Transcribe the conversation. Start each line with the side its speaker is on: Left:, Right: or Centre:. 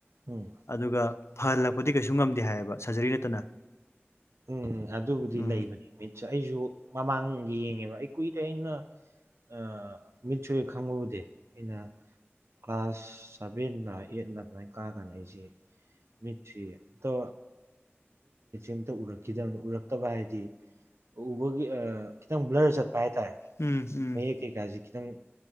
Right: ꯎꯝ
Left: ꯑꯗꯨꯒ ꯐꯍꯜꯂꯛꯄꯗꯤ ꯀꯩꯁꯨ ꯉꯝꯗꯦ ꯍꯥꯏꯌꯦꯕ ꯁꯔꯖꯔꯤ ꯅꯠꯇꯅ
Right: ꯎꯝ ꯑꯗꯨꯕꯨꯗꯤ
Left: ꯎꯝ
Right: ꯂꯩꯕꯅꯦ ꯃꯤꯠꯁꯨ ꯑꯩꯁꯨ ꯃꯃꯥꯡ ꯌꯦꯡꯉꯦꯕ ꯑꯩ ꯀꯨꯏꯔꯦ ꯑꯩꯅ ꯑ ꯃꯤꯠ ꯁꯣꯛꯏ ꯈꯪꯕꯕꯨꯗꯤ ꯑꯩꯅ ꯀ꯭ꯂꯥꯁ ꯁꯚꯦꯟ ꯂꯥ ꯑꯩꯏꯠ ꯂꯥ ꯑꯗꯨꯃꯥꯏ ꯀꯥꯔꯀꯥꯟꯗ ꯑꯩꯁꯦ ꯃꯤꯇꯁꯦ ꯍꯦꯛꯇꯥ ꯍꯦꯛꯇ ꯎꯔꯛꯈꯤꯗꯕꯅ ꯎꯔꯛꯇꯕ ꯍꯥꯏꯗꯤ ꯎꯕꯒꯤ ꯈꯤꯇꯪ ꯕ꯭ꯂꯔ ꯆꯠꯄ ꯍꯥꯏꯇꯥꯔꯦ
Left: ꯎꯝ ꯎꯝ
Right: ꯀꯩꯀꯥꯥꯁ ꯈꯤꯇꯪ